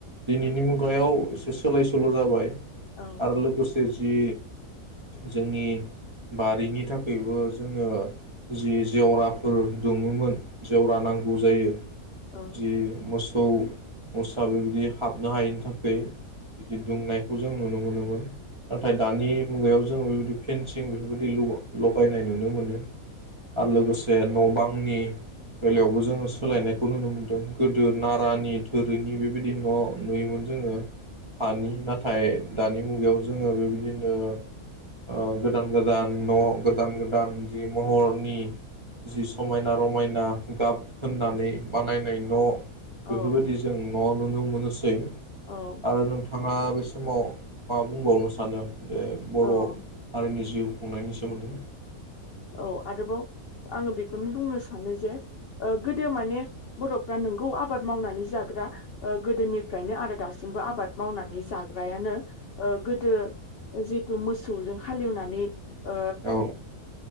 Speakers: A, on the right (about 30°); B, on the left (about 65°).
A: दिनैनि मुं गायाव एसे सोलाय सोल' जाबाय।
B: औ
A: आरो लोगोसे जि जोंनि बारिनि थाखायबो जोङो जि जेवराफोर दुमोमोन। जेवरा नांगौ जायो
B: औ
A: जि मोसौ थौ मसा बेबायदि हाबनो हायैनि थाखाय बिदि दुंनायखौ जों नुनो मोनो। मोन नाथाय दानि मुगायाव जों बेबायदि फेनसिं बेफोर बायदि ल-लगायनाय नुनो मोनो। आरो लोगोसे जे न' बांनि बेलायावबो जोङो सोलायनायखौ नुनो मोन्दों । गोदो नारानि थोरिनि बेबायदि न' नुयोमोन जोङो। हानि नाथाय दानि मुगायाव जोङो बेबायदिनो आ गोदान गोदान न' गोदान गोदान जि महरनि जि समायना रमायना गाब होननानै बानायनाय न'
B: औ
A: बेफोर बायदि जों न' नुनो मोनोसै।
B: औ
A: आरो नोंथांङा बे समाव मा बुंबावनो सानो। बे बर'
B: औ
A: हारिनि जिउ खुंनायनि सोमोन्दै।
B: औ आरोबाव आङो बेखौनो बुंनो सानो जे ओ गोदो माने बर'फ्रा नोंगौ आबाद मावनानै जाग्रा गोदोनिफ्रायनो आरो दासिमबो आबाद मावनानै जाग्रायानो ओ गोदो जिहेथु मोसौजों हालेवनानै ओ
A: औ